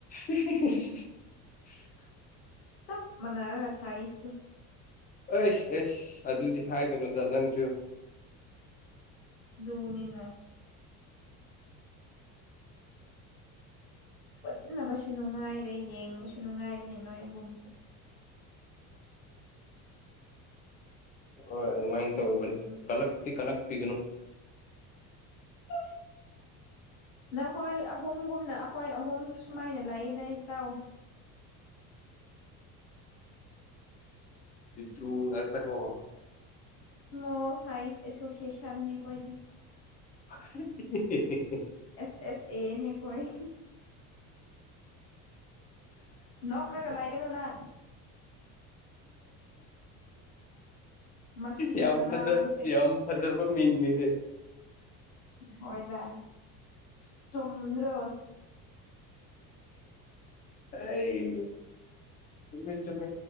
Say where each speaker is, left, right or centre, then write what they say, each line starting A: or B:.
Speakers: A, on the left; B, on the left.
A: <inaudible>
B: ꯆꯞ ꯃꯅꯔꯒꯁꯥꯏꯁꯨ
A: ꯑꯩꯁ ꯑꯦꯁ ꯑꯗꯨꯗꯤ ꯍꯥꯏꯒꯅꯣꯗ ꯅꯪꯁꯨ
B: ꯙꯎꯅꯤꯅ ꯄꯨꯟꯅꯕꯁꯨ ꯅꯨꯡꯉꯥꯏꯔꯦ ꯌꯦꯡꯕꯁꯨ ꯅꯨꯡꯉꯥꯏꯔꯦꯅꯦ ꯅꯣꯏ ꯑꯍꯨꯝꯁꯦ
A: ꯍꯣꯏ ꯑꯗꯨꯃꯥꯏꯅ ꯇꯕꯅꯤ
B: ꯅꯠꯇ꯭ꯔꯣ
A: ꯀꯂꯛꯗꯤ ꯀꯂꯛ ꯄꯤꯒꯅ
B: ꯇ ꯅꯈꯣꯏ ꯑꯍꯨꯝꯒꯨꯝꯅ ꯑꯩꯈꯣꯏ ꯑꯍꯨꯝꯁꯨ ꯁꯨꯃꯥꯏꯅ ꯂꯥꯛꯏꯗꯗꯥꯏ ꯇꯥꯎ
A: ꯏꯠꯇ꯭ꯔꯨ ꯑꯛꯇ ꯀꯣ
B: ꯁꯃꯣꯜ ꯁꯥꯏꯖ ꯑꯦꯁꯣꯁꯤꯌꯦꯁꯟꯅꯦ ꯀꯣꯏꯗ
A: ꯍꯍꯍꯍ
B: ꯑꯦꯁ ꯑꯦꯁ ꯑꯦꯅꯤ ꯀꯣꯏ ꯅꯣꯡꯀꯒ ꯂꯑꯒꯅꯅ ꯃꯁꯤ
A: ꯌꯥꯝ
B: ꯑꯉꯥꯡꯁꯦ
A: ꯐꯖꯕ ꯌꯥꯝ ꯐꯖꯕ ꯏ ꯃꯤꯗ
B: ꯍꯣꯏꯅꯦ ꯆꯨꯝꯗ꯭ꯔ
A: ꯑꯩ ꯆꯨꯝꯃꯦ ꯆꯨꯝꯃꯦ